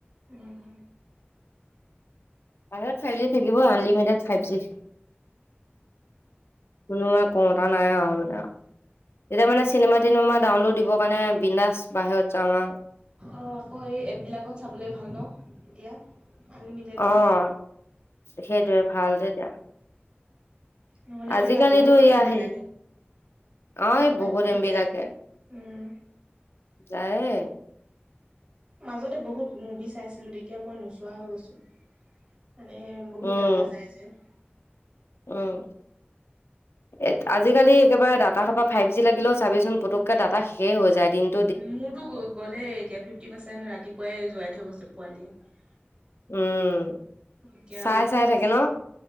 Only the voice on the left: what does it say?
বাহিৰত ফাইভজি থাকিব‌ই, আনলিমিটেড ফাইভজি। <inaudible> <inaudible> কোনো মানে কওঁতা নাই আৰু মানে আও এতিয়া মানে <unintelligible> চিনেমা-টিনেমা ডাউনলোড দিবৰ কাৰণে বিনডাছ বাহিৰত যাম আও <unintelligible>
অঁ!
সেইটোৱেই ভাল যে এতিয়া। <inaudible>
আজিকালিতো
ইয়াৰ
হেৰি
<unintelligible> অঁ
এই বহুত এমবি
লাগে,
যায়েই <unintelligible>
উম
উম! <unintelligible> এ আজিকালি একেবাৰে দাটা সোপা ফাইভজি লাগিলেও চাবি চোন পুতুকে ডাটা শেষ হৈ যায় দিন <unintelligible>
উম!
চাই
চাই থাকে
ন